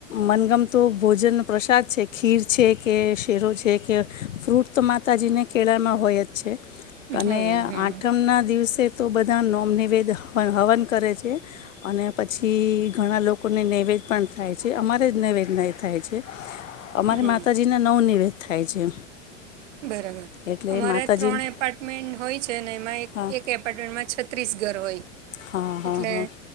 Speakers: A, on the left; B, on the right.
A: મનગમતું ભોજનનો પ્રસાદ છે. ખીર છે કે શેરો છે કે ફ્રૂટ તો માતાજીને કેળામાં હોય જ છે. અને
B: હોય જ હા
A: આઠમના દિવસે તો બધા નોમ નિવેદ પણ હવન કરે છે અને પછી ઘણા લોકોને નૈવેદ્ય પણ થાય છે. અમારે જ નૈવેદ્ય નહીં થાય છે. અમારી
B: હમ
A: માતાજીના નવ નિવેદ થાય છે.
B: બરાબર
A: એટલે
B: અમારે
A: માતાજી
B: ત્રણ એપાર્ટમેન્ટ હોય છે ને એમાં એક
A: હા
B: એક એપાર્ટમેન્ટમાં છત્રીસ ઘર હોય.
A: હા હા
B: એટલે
A: હા